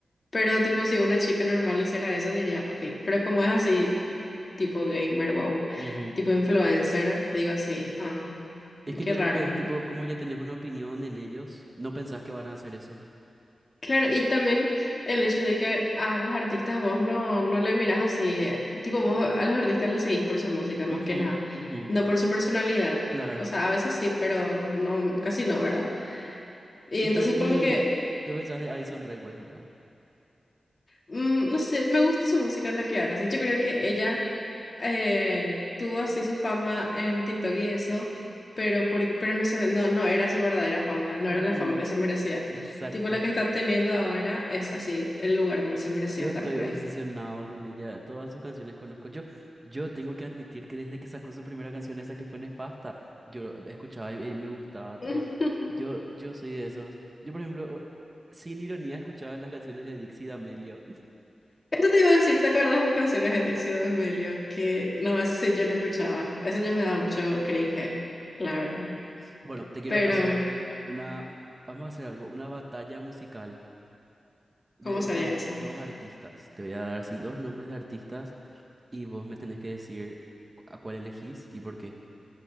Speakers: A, on the left; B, on the right.
A: Pero, tipo, si una chica normal hiciera eso, diría, ok, pero como es así, tipo gamer, wow,
B: ujú.
A: tipo influencer, digo así, ah,
B: Es que
A: qué
B: yo
A: raro.
B: creo que es tipo, como ya tenés una opinión en ellos, no pensás que van a hacer eso.
A: Claro, y también el hecho de que a los artistas vos no, no le mirás así, eh, tipo vos a los artistas le seguís por su música más
B: Ujú,
A: que nada,
B: ujú,
A: no por su personalidad.
B: claro.
A: O sea, a veces sí, pero no, casi no, ¿verdad? Y
B: ¿Y
A: entonces
B: qué, y
A: como que,
B: qué pensás de Addison Rae, por ejemplo?
A: mm, no sé, me gusta su música la que hace. Yo creo que ella eh, tuvo así su fama en TikTok y eso, pero, porque, pero no sé, no, no era su verdadera fama, no
B: Ujú,
A: era la fama que se merecía.
B: Exacto.
A: Tipo la que está teniendo ahora es así, el lugar donde se merecía
B: Yo
A: estar
B: estoy
A: por
B: obsesionado
A: ahí.
B: con ella. Todas sus canciones conozco. Yo, yo tengo que admitir que desde que sacó su primera canción, esa que fue Nefasta, yo escuchaba y, y me gustaba.
A: <laughs>
B: Tipo,
A: Eso
B: yo, yo soy de esos. Yo, por ejemplo, sin ironía, escuchaba las canciones de Dixie D'Amelio.
A: te iba a decir, ¿te acuerdas de las canciones de Dixie D'Amelio? Que no, eso sí yo no escuchaba. Eso ya me daba mucho cringe, la verdad.
B: Bueno, te quiero
A: Pero,
B: hacer una. Vamos a hacer algo, una batalla musical de
A: ¿cómo
B: entre
A: sería eso?
B: dos artistas. Te voy a dar así dos nombres de artistas Y vos me tenés que decir cu- a cuál elegís y por qué.